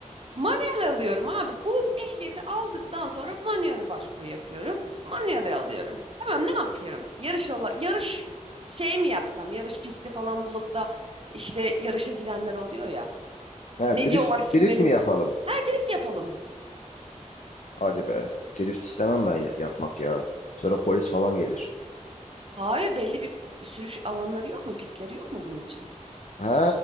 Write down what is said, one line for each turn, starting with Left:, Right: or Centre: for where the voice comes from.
Right: Manuel alıyorum abi. Bu ehliyeti aldıktan sonra manuele başvuru yapıyorum. Manuele alıyorum. Tamam ne yapıyorum? Yarış ola- yarış şey mi yapsam? Yarış pisti falan bulup da işte yarışa girenler oluyor ya.
Left: Ha,
Right: Ne
Left: drift,
Right: diyorlar
Left: drift
Right: kimlerim?
Left: mi yapalım?
Right: Ha drift yapalım.
Left: Hadi be. Drift istemem ben ya- yapmak ya. Sonra polis falan gelir.
Right: Hayır belli bir sürüş alanları yok mu? Pistleri yok mu bunun için?
Left: Ha,